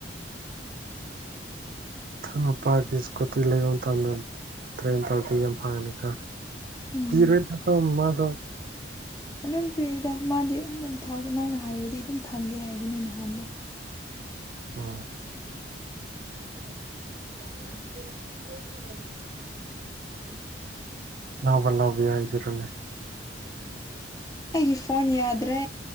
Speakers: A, on the right; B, on the left.
A: ꯅꯨꯄꯥꯒꯤ ꯏꯁꯀꯨꯇꯤ ꯂꯩꯕ ꯃꯇꯝꯗ ꯇ꯭ꯔꯦꯟ ꯇꯧꯔꯗꯤ ꯌꯥꯝ ꯐꯪꯉꯅꯤ ꯀ
B: ꯎꯝ
A: ꯐꯤꯔꯣꯏ ꯊꯀꯣ ꯃꯥꯁꯨ
B: ꯑꯗꯨꯝ ꯄꯤꯔꯤꯗ ꯃꯥꯗꯤ ꯑꯗꯨꯝ ꯊꯥꯎ ꯅꯪꯅ ꯍꯥꯏꯔꯗꯤ ꯑꯗꯨꯝ ꯊꯝꯒꯦ ꯍꯥꯏꯕꯅꯤ ꯅꯍꯥꯟꯗꯣ
A: ꯑ <unintelligible> ꯅꯅꯥꯕꯂꯕꯤ ꯍꯥꯏꯕꯤꯔꯣꯅꯦꯦ
B: ꯑꯩꯒꯤ ꯐꯣꯟꯅꯤꯗ꯭ꯔꯦ